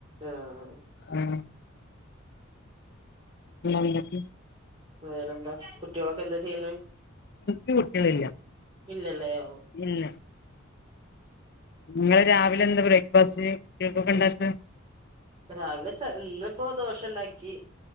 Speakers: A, on the right; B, on the left.
A: ആഹ്
B: ആ പിന്നെന്തൊക്കെ?
A: വേറെന്താ. കുട്ടികളൊക്കെ എന്താ ചെയ്യുന്നെ?
B: ക്ക് കുട്ടികളില്ല.
A: ഇല്ലല്ലേ? ഓ.
B: ഇല്ല നിങ്ങള് രാവിലെ എന്താ ബ്രേക്ക്ഫാസ്റ്റ്? കുട്ടികൾക്കൊക്കെ ണ്ടാക്ക.
A: രാവിലെ ഇന്ന് ഇപ്പോ ദോശ ണ്ടാക്കി.